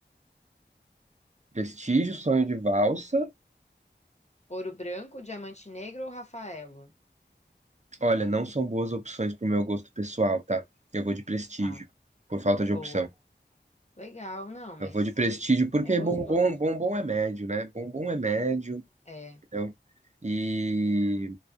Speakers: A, on the right; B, on the left.
A: Prestígio, Sonho de Valsa.
B: Ouro Branco, Diamante Negro ou Rafaelo?
A: Olha, não são boas opções pro meu gosto pessoal, tá? Eu vou de Prestígio,
B: Tá,
A: por falta
B: boa.
A: de opção.
B: Legal, não, mas
A: Eu vou de Prestígio porque
B: é gostoso.
A: bombom, bombom é médio, né? Bombom é médio,
B: É,
A: entendeu? E